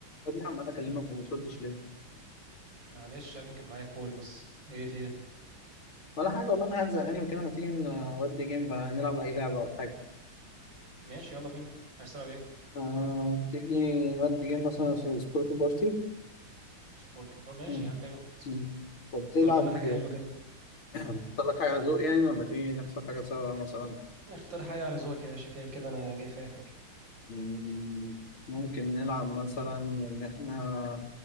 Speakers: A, on the left; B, on the right.
A: يا ابني عمال اكلمك وما بتردش ليه؟
B: معلش يا ابني كان معايا كول بس ايه في ايه
A: ولا حاجة والله أنا قاعد زهقان وكده ما تيجي نودي جيم بقى نلعب أي لعبة أو حاجة
B: ماشي يلا بينا عايز تلعب ايه
A: آه تيجي نودي جيم مثلا سبورك بارتي
B: سبورت بول ماشي
A: مم.
B: يا عم ابعت
A: مم. طب تلعب
B: اختار لنا حاجه حلوه كده
A: تختار لك حاجة على ذوق يعني ولا تيجي نختار حاجة سوا مثلا
B: اختار حاجه على ذوقك يا باشا كده كده انا جاي في اي حاجه
A: مم. ممكن نلعب مثلا إن إحنا